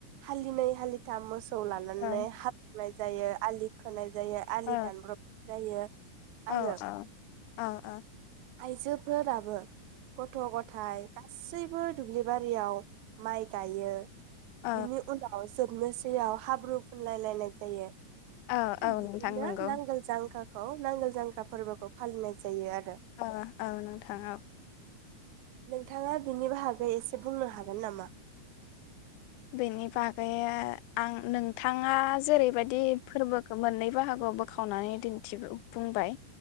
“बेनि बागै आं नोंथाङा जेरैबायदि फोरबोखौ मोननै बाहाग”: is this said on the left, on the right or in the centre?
Left